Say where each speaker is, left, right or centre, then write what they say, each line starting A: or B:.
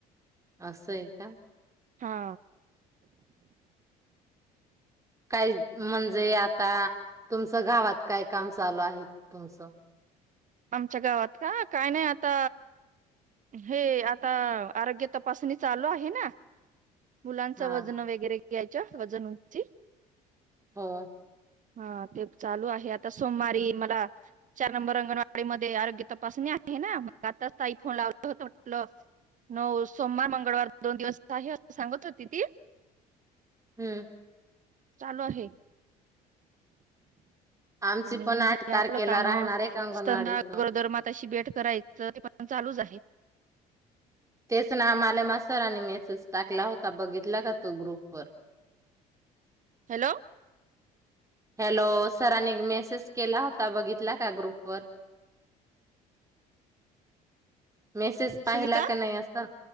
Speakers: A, on the right; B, on the right.
A: असं आहे का.
B: हा
A: काय म्हणजे आता तुमचं गावात काय काम चालू आहे. तुमचं
B: आमच्या गावात का काय नाही आता हे आता आरोग्य तपासणी चालू आहे ना. मुलांचं
A: हा
B: वजन वगैरे घ्यायच्या वजन, उंची
A: हो
B: हा ते चालू आहे. आता सोमवारी मला चार नंबर रंगणवा वाडी मध्ये आरोग्य तपासणी आहे ना मग आताच ताई फोन लावलं होत म्हंटल नऊ सोमवार, मंगळ मंगळवार दोन दिवस आहे. सांगत होती ती
A: हम्म
B: चालू आहे.
A: आमची
B: आणि
A: पण आठ
B: हे
A: तारखेला
B: आपलं काम
A: राहणार आहे अंगणवाडीच
B: स्तना, गरोदरमाताशी भेट करायचं ते पण चालूच आहे.
A: तेच नाव मालेमा सरांनी मेसेज टाकला होता. बघितला का तो ग्रुपवर
B: हॅलो
A: हॅलो सरांनी मेसेज केला होता बघितला का ग्रुप वर मेसेज पाहिला
B: सुनीता
A: का नाही असं